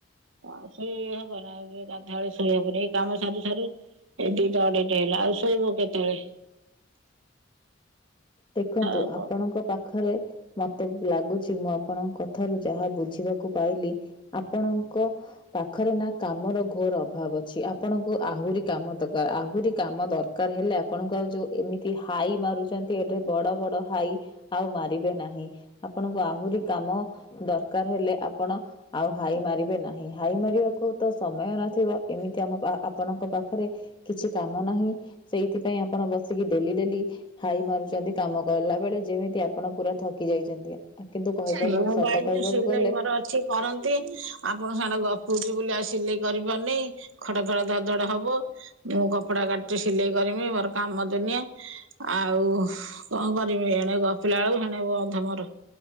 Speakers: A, on the right; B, on the left.
A: ଆଉ ଶୋଇ ହବନା ଆଉ ଗାଧୁଆବେଳେ ଶୋଇ ହବନି ଏଇ କାମ ସାରୁ ସାରୁ ଏଇ ଦି ଟା ଅଢେଇଟା ହେଲା ଆଉ ଶୋଇବୁ କେତେବେଳେ।
B: ଦେଖନ୍ତୁ
A: ଆଉ
B: ଆପଣଙ୍କ
A: କଣ
B: ପାଖରେ ମତେ ଏବେ ଲାଗୁଛି ମୁଁ ଆପଣଙ୍କ କଥାରୁ ଯାହା ବୁଝିବାକୁ ପାଇଲି ଆପଣଙ୍କ ପାଖରେ ନାଁ କାମର ଘୋର ଅଭାବ ଅଛି ଆପଣଙ୍କୁ ଆହୁରି କାମ ଦରକାର ଆହୁରି କାମ ଦର କାର ହେଲେ ଆପଣଙ୍କୁ ଆଉ ଯୋଉ ଏମିତି ହାଇ ମାରୁଛନ ନ୍ତି ଏ ଯୋଉ ବଡ ବଡ ହାଇ ଆଉ ମାରିବେ ନାହିଁ ଆପଣଙ୍କୁ ଆହୁରି କାମ ଦରକାର ହେଲେ ଆପଣ ଆଉ ହାଇ ମାରିବେ ନାହିଁ ହାଇ ମାରିବାକୁ ତ ସମୟ ନ ଥିବ ଏମିତି ଆମ କା ଆ ଆପଣଙ୍କ ପାଖରେ କିଛି କାମ ନାହିଁ ସେଇଥିପାଇଁ ଆପଣ ବସିକି ଡେଲି ଡେଲି ହାଇ ମାରୁ ଛନ୍ତି କାମ କଲା ବେଳେ ଯେମିତି ଆପଣ ପୁରା ଥକି ଯାଇଛନ୍ତି। କିନ୍ତୁ କହିବାକୁ
A: ମୁଁ
B: ସତ
A: କହିଲି ବୋଲି
B: କହିବାକୁ
A: ସିଲେଇ
B: ଗଲେ
A: ମୋର ଅଛି। କରନ୍ତି, ଆପଣ ସାଙ୍ଗରେ ଗପୁଚି ବୋଲି ଆଉ ସିଲେଇ କରିପାରୁନେଇ। ଖଡ଼ ଖଡ଼ ଧଡ଼ ଧଡ଼ ହବ, ମୁଁ କପଡା କାଟଚି ସିଲେଇ କରିମି, ମୋର କାମ ଦୁନିଆ। ଆଉ କଣ କରିବି, ଏଣେ ଗପିଲା ବେଳକୁ ହେଣେ ଅଧେ ମୋର